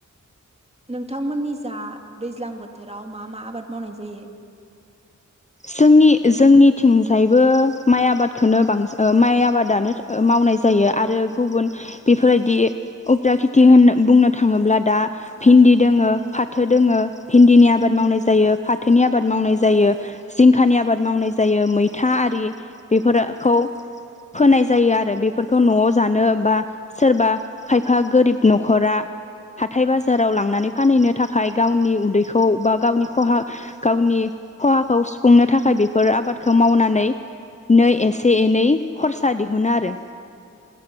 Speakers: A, on the right (about 20°); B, on the left (about 25°).
A: नोंथांमोननि जा दैज्लां बोथोराव मा मा आबाद मावनाय जायो?
B: जोंनि जोंनिथिंजायबो माइ आबादखोनो बांस ओ माइ आबादानो ओ मावनाय जायो आरो गुबुन बेफोरबायदि उखिया खेथि होन बुंनो थाङोब्ला दा भिन्दि दोङो फाथो दोङो भिन्दिनि आबाद मावनाय जायो फाथोनि आबाद मावनाय जायो जिंखानि आबाद मावनाय जायो मैथा आरि बेफोरखौ फोनाय जायो आरो बेफोरखौ नआव जानो बा सोरबा खायफा गोरिब नखरा हाथाय बाजाराव लांनानै फानहैनो थाखाय गावनि उदैखौ बा गावनि खहा गावनि खहाखौ सुफ सुफुंनो थाखाय बेफोर आबादखौ मावनानैनो एसे एनै खरसा दिहुनो आरो